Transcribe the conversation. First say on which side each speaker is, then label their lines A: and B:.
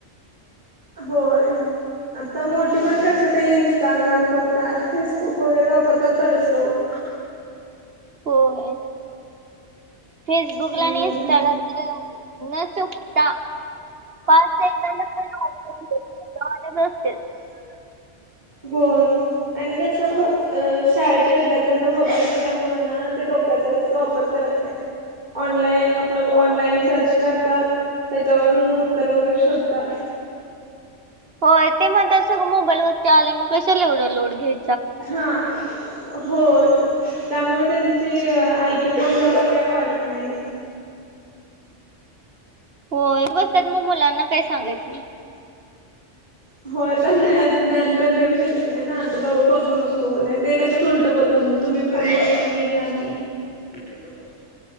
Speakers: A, on the right; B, on the right.
A: हो आहे. आता मोठी पण कसं ते इंस्टाग्राम बघतात फेसबुक वगैरे वापरतात बरेच लोक.
B: होय फेसबुकला
A: हम्म
B: आणि इंस्टाला <inaudible> न चुकता <unintelligible>
A: होय आणि कसं मो अ शाळेच्या विद्यार्थ्यांना मोबाईल दिल्यामुळे ना ते डोक्याचा जास्त वापर करत नाही. ऑनलाईन आपलं ऑनलाईन सर्च करतात त्याच्यावरून उत्तर वगैरे शोधतात.
B: होय ते म्हणत सगळं मोबाईल वरती आले मग कशाला एवढं लोड घ्याय
A: हा. होय त्यामुळे त्यांची आयक्यू पण जास्त काही वाढत नाही.
B: होय बसत्यात म मुलांना काय सांगायचं?
A: ह होय त्यांना ज्ञान पण देऊ शकत नाही ना आता ब बघू नको ते लगेच उल टं बोलतात मग तुम्ही फोन बघताय मी का नाही. <unintelligible>